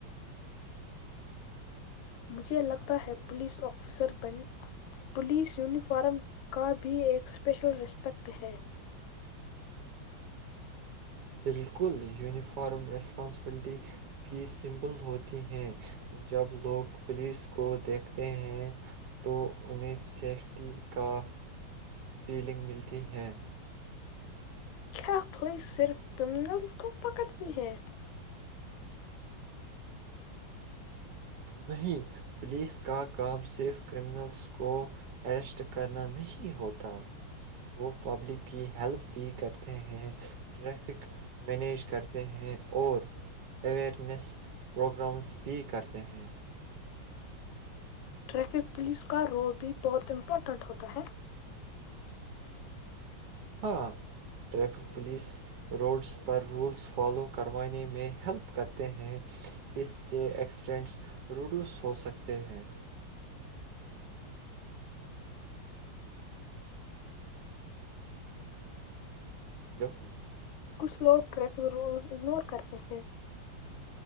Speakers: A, on the left; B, on the right.
A: مجھے لگتا ہے پوس آفسر پولیس یونیفارم کا بھی ایک اسپیشل ریسپیکٹ ہے
B: بالکل یونیفارم ریسپانسبلٹی کی سمبل ہوتی ہیں جب لوگ پولیس کو دیکھتے ہیں تو انہیں سیفٹی کا فیلنگ ملتی ہیں
A: کیا پھوئی صرف کرمنلز کو پکڑتی ہیں
B: نہیں پولیس کا کام صرف کرمنلس کو اریسٹ کرنا نہیں ہوتا وہ پبلک کی ہیلپ بھی کرتے ہیں ٹریفک مینیج کرتے ہیں اور اوئرنیس پروگرامس بھی کرتے رہ
A: ٹریفک پولیس کا رول بھی بہت امپورٹنٹ ہوتا ہے
B: ہاں ٹریفک پولیس روڈس پر رولس فالو کروانے میں ہیلپ کرتے ہیں اس سے ایکسیڈنٹس روڈیوس ہو سکتے ہیں ہیلو
A: کچھ لوگ ٹریفک رولز اگنور کرتے ہیں